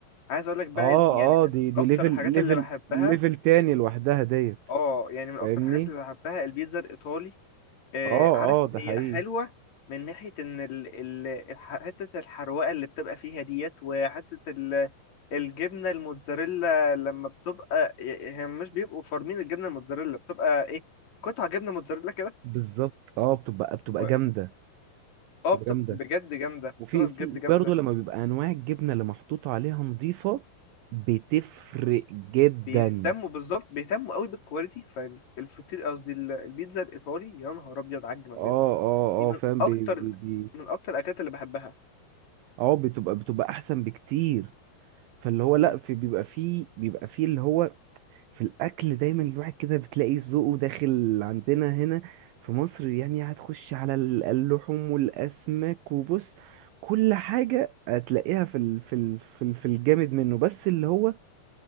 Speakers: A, on the left; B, on the right.
A: عايز اقول لك بقى
B: اه
A: ال- يعني من
B: اه دي دي
A: اكتر
B: ليفل
A: الحاجات
B: ليفل
A: اللي بحبها
B: ليفل تاني لوحدها ديت
A: اه يعني من اكتر
B: فاهمني
A: الحاجات اللي بحبها البيتزا الايطالي آه،
B: اه
A: عارف
B: اه ده
A: هي
B: حقيقي
A: حلوة من ناحية إن ال... ال... الح... حتة الحروقة اللي بتبقى فيها ديت وحتة ال... الجبنة الموتزاريلا لما بتبقى هي مش بيبقوا فارمين الجبنة الموتزاريلا بتبقى إيه قطع جبنة موتزاريلا كده
B: بالظبط اه بتبقى بتبقى
A: و...
B: جامده
A: اه
B: بتبقى
A: بتبقى
B: جامده
A: بجد جامدة
B: وفي
A: بتبقى
B: في
A: بجد جامدة
B: برضه لما بيبقى انواع الجبنه اللي محطوط عليها نظيفه بتفرق جدا
A: وبيهتموا بالظبط بيهتموا قوي بالكواليتي فالفطير قصدي ال- البيتزا الإيطالي يا نهار أبيض على الجمدان
B: اه اه
A: دي
B: اه
A: من
B: فاهم
A: أكتر
B: بي بي بي
A: من أكتر الأكلات اللي بحبها
B: اه بتبقى بتبقى احسن بكتير فاللي هو لا
A: مم.
B: في بيبقى فيه بيبقى فيه اللي هو في الاكل دايما الواحد كده بتلاقي ذوقه داخل عندنا هنا في مصر يعني هتخش على ال- اللحوم والاسماك وبص كل حاجه هتلاقيها في ال في ال في, ال في الجامد منه بس اللي هو